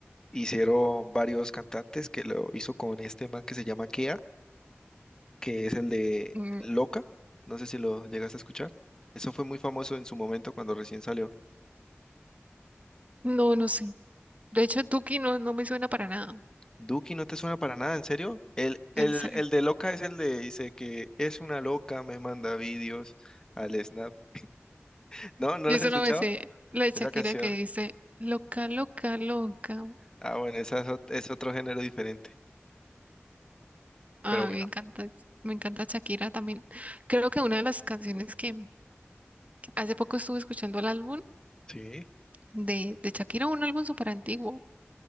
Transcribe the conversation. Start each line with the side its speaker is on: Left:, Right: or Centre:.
Left: hicieron varios cantantes, que lo hizo con este man que se llama Kea, que es el de
Right: Mm,
Left: Loca. No sé si lo llegaste a escuchar. Eso fue muy famoso en su momento cuando recién salió.
Right: No, no sé. De hecho, Duki no, no me suena para nada,
Left: Duki, ¿no te suena para nada? ¿En serio? El, el,
Right: en serio.
Left: el de Loca es el de, dice que es una loca, me manda vídeos al Snap. <laughs> ¿No? ¿No
Right: Yo
Left: lo has
Right: solo
Left: escuchado?
Right: me sé la de Shakira
Left: Esa canción.
Right: que dice, loca, loca, loca.
Left: Ah, bueno, esa es ot- es otro género diferente.
Right: Ah,
Left: Pero bueno,
Right: me encanta, me encanta Shakira también. Creo que una de las canciones que hace poco estuve escuchando el álbum
Left: sí,
Right: de, de Shakira, un álbum súper antiguo,